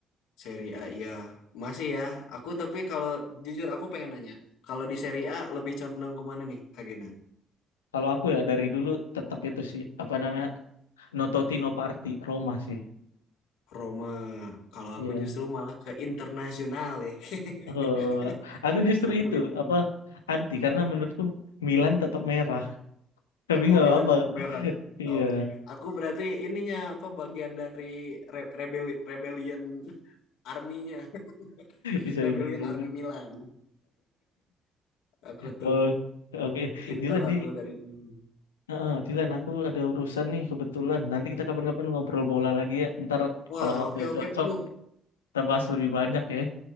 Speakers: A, on the left (about 70°); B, on the left (about 85°).
A: Seri A iya. Masih ya. Aku tapi kalau jujur aku pengen nanya, kalau di Seri A lebih condong kemana nih, Kak Gena?
B: kalau aku ya dari dulu tetap itu sih apa namanya no Totti no Party Roma sih
A: Roma. Kalau
B: Iya.
A: aku justru malah ke internasional ya.
B: Eh,
A: <laughs>
B: aku justru
A: Aku
B: itu
A: inter.
B: apa anti karena menurutku Milan tetap merah <laughs> tapi
A: Oh
B: nggak
A: Milan
B: apa-apa
A: tetap merah.
B: iya
A: Oke. Aku berarti ininya apa bagian dari re- rebelli- rebellion arminya, <laughs>
B: bisa
A: rebellion
B: bisa bisa
A: army Milan. Aku tuh
B: Oh, oke.
A: Inter
B: Dilan nih,
A: aku dari dulu.
B: heeh, Dilan aku ada urusan nih kebetulan. Nanti kita kapan-kapan ngobrol bola lagi ya. Ntar
A: Wah,
B: kalau waktunya
A: oke oke.
B: cocok,
A: Aduh.
B: kita bahas lebih banyak ya.